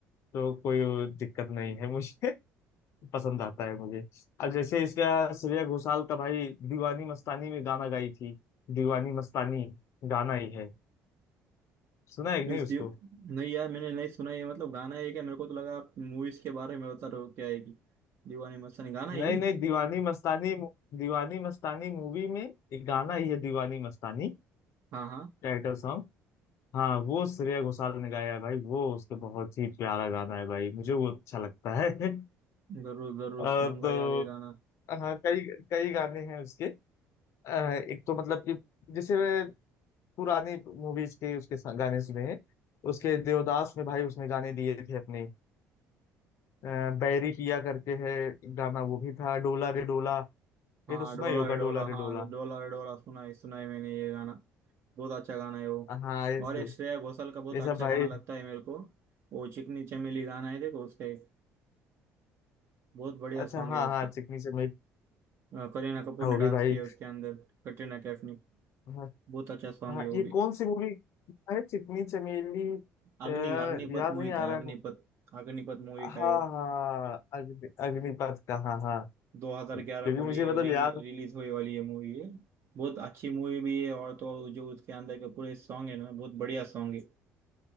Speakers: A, on the left (about 60°); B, on the right (about 50°).
A: तो कोई दिक्कत नहीं है मुझे पसंद आता है मुझे अब जैसे इसका श्रेया घोषाल का भाई दीवानी मस्तानी में गाना गाई थी दीवानी मस्तानी गाना ही है सुना है कि
B: मीन्स
A: नहीं उसको
B: दियो नहीं यार मैंने नहीं सुना ये मतलब गाना है क्या मेरे को तो लगा आप मूवीज के बारे में बता रहे हो क्या है कि दीवानी मस्तानी गाना है
A: नहीं
B: ये
A: नहीं दीवानी मस्तानी दीवानी मस्तानी मूवी में एक गाना ही है दीवानी मस्तानी
B: हाँ हाँ
A: टाइटल सॉन्ग हाँ वो श्रेया घोषाल ने गाया है भाई वो उसके बहुत ही प्यारा गाना है भाई मुझे वो अच्छा लगता है <laughs>
B: जरूर जरूर
A: और
B: सुनूंगा
A: तो
B: यार ये गाना
A: हाँ कई कई गाने हैं उसके अ, एक तो मतलब कि जैसे पुरानी मूवीज के उसके सा- गाने सुने हैं उसके देवदास में भाई उसने गाने दिए थे अपने अ, बैरी पिया करके है गाना वो भी था डोला रे डोला
B: हाँ
A: ये तो सुना
B: डोला
A: ही होगा
B: रे डोला
A: डोला
B: हाँ
A: रे डोला
B: डोला रे डोला सुना है सुना है मैंने ये गाना बहुत अच्छा गाना है वो
A: हाँ ये
B: और
A: सब
B: एक श्रेया घोषाल का बहुत
A: ये
B: अच्छा
A: सब भाई
B: गाना लगता है मेरे को वो चिकनी चमेली गाना है देखो उसका एक बहुत बढ़िया
A: अच्छा
B: सॉन्ग है
A: हाँ
B: उसका
A: हाँ चिकनी चमेली
B: अ, करीना कपूर
A: हाँ,
B: ने
A: वो
B: डांस
A: भी भाई
B: किया है उसके अंदर कटरीना कैफ ने
A: हाँ
B: बहुत अच्छा सॉन्ग
A: हाँ
B: है वो
A: ये
B: भी
A: कौन सी मूवी है चिकनी चमेली अ,
B: अग्नि अग्निपथ
A: याद
B: मूवी
A: नहीं आ
B: का
A: रहा
B: है अग्निपथ
A: है
B: अग्निपथ मूवी का
A: हाँ
B: है वो
A: हाँ अग्नि अग्निपथ का हाँ हाँ
B: 2011
A: क्योंकि
B: को
A: मुझे
B: लिए
A: मतलब
B: री
A: याद
B: रिलीज होने वाली ये मूवी है बहुत अच्छी मूवी भी है और तो और जो उसके अंदर के पूरे सॉन्ग है ना बहुत बढ़िया सॉन्ग है